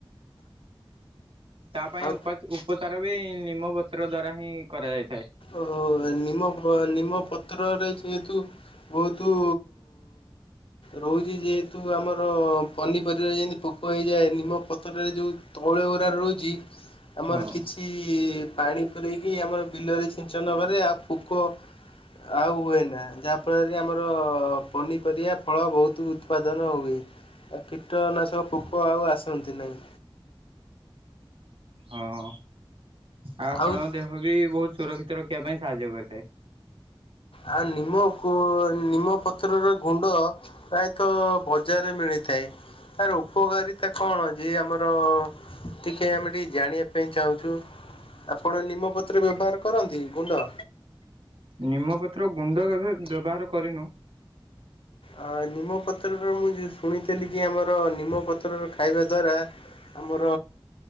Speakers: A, on the right (about 70°); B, on the left (about 70°).
A: ତା ପାଇଁ
B: ଆଉ
A: ଉଚା ଉପଚାର ବି ନିମପତ୍ର ଦ୍ଵାରା ହିଁ କରାଯାଇଥାଏ।
B: ଓହୋ ନିମ ନିମପତ୍ରରେ ଯେହେତୁ ବହୁତୁ ରହୁଛି ଯେହେତୁ ଆମର ପନିପରିବା ଯେମିତି ପୋକ ହେଇଯାଏ ନିମ ପତ୍ରରରେ ଯୋଉ ତୈଳ ଗୁରା ରହୁଛି ଆମର
A: ହଁ
B: କିଛି ପାଣି ପୂରେଇକି ଆମର ବିଲରେ ଛିଞ୍ଚନକରେ ଆଉ ପୋକ ଆଉ ହୁଏନା ଯାହାଫଳରେ ଆମର ପନିପରିବା ଫଳ ବହୁତ ଉତ୍ପାଦନ ହୁଏ। ଆଉ କୀଟନାଶକ ପୋକ ଆଉ ଆସନ୍ତି ନାହିଁ।
A: ହଁ ଆଉ ଆପଣଙ୍କ
B: ଆଉ
A: ଦେହ ବି ବହୁତ ସୁରକ୍ଷିତ ରଖିବା ପାଇଁ ସାହାଯ୍ୟ କରିଥାଏ।
B: ଆଉ ନିମ ନିମପତ୍ରର ଗୁଣ୍ଡ ପ୍ରାୟତଃ ବଜାରରେ ମିଳି ଥାଏ ତାର ଉପକାରିତା କଣ ଯେ ଆମର ଟିକେ ଆମେ ଟିକେ ଜାଣିବା ସେଥି ପାଇଁ ଚାହୁଁଛୁ ଆପଣ ନିମପତ୍ରରେ ବ୍ୟବହାର କରନ୍ତି ଗୁଣ୍ଡ?
A: ନିମପତ୍ର ଗୁଣ୍ଡ କେବେ ବ୍ୟବହାର କରିନୋଉଁ।
B: ଆ ନିମପତ୍ରର ମୁଁ ଯେ ଶୁଣିଥିଲି କି ଆମର ନିମପତ୍ରରର ଖାଇବା ଦ୍ଵାରା ଆମର